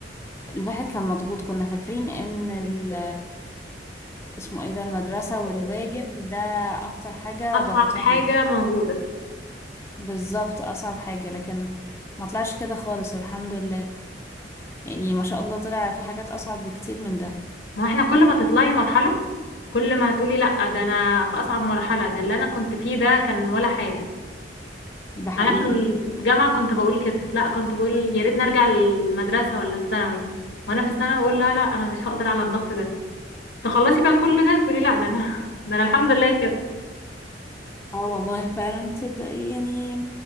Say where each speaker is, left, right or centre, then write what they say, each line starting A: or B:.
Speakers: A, on the left (about 15°); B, on the left (about 80°).
A: الواحد كان مضغوط كنا فاكرين إن ال... اسمه ايه ده المدرسة والواجب ده اكتر حاجة
B: أصعب
A: ضغطاني
B: حاجة موجودة
A: بالظبط اصعب حاجة لكن ما طلعش كده خالص الحمد لله يعني ما شاء الله طلع في حاجات اصعب بكتير من ده
B: ما هو احنا كل ما تطلعي مرحلة كل ما هتقولي لا ده انا في أصعب مرحلة ده اللي انا كنت فيه ده كان ولا حاجة
A: ده حقيقي
B: انا في الجامعة
A: فعلا
B: كنت بقول كده لا كنت بقول يا ريت نرجع للمدرسة ولا الثانوي وانا في الثانوي اقول لا لا انا مش هقدر على الضغط ده تخلصي بقى كل ده تقولي لا ده انا <laughs> ده انا الحمد لله كده
A: اه والله فعلا تصدق يعني